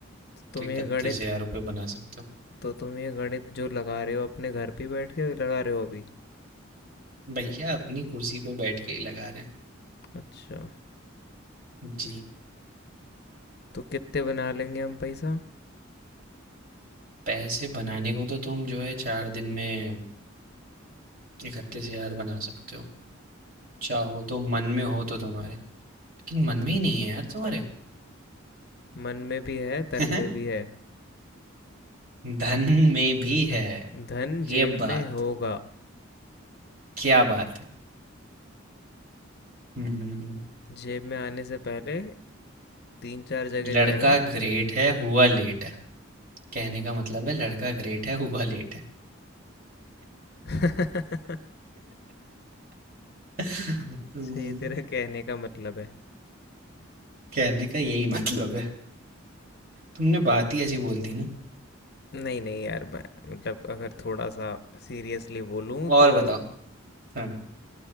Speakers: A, on the left; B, on the right.
A: तो तुम
B: तो इकतीस
A: ये गणित
B: हजार रुपये बना सकते
A: तो तुम ये गणित जो लगा रहे हो अपने घर पे बैठ के लगा रहे हो अभी
B: हो भैया अपनी कुर्सी पे बैठ के ही लगा रहे हैं
A: अच्छा
B: जी
A: तो कितने बना लेंगे हम पैसा
B: पैसे बनाने को तो तुम जो है चार दिन में इकतीस हजार बना सकते हो चाहो तो मन में हो तो तुम्हारे लेकिन मन में ही नहीं है यार तुम्हारे
A: मन में भी है तन
B: <laughs>
A: में भी है
B: धन में भी है
A: धन
B: ये
A: जेब में
B: बात
A: होगा
B: क्या बात है हम्म, हम्म, हम्म।
A: जेब में आने से पहले तीन चार जगह
B: लड़का
A: जाएगा
B: ग्रेट है हुआ लेट है कहने का मतलब है लड़का ग्रेट है हुआ लेट है
A: <laughs>
B: हम्म,
A: सही तेरा कहने का मतलब है
B: कहने का यही मतलब है तुमने बात ही ऐसी बोल दी ना
A: नहीं नहीं यार मैं मतलब अगर थोड़ा सा सीरियसली बोलूँ
B: और
A: तो
B: बताओ हाँ